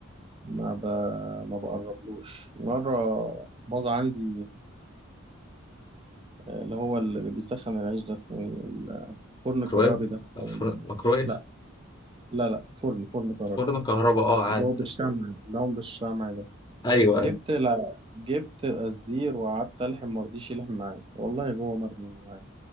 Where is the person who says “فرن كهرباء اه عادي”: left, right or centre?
Left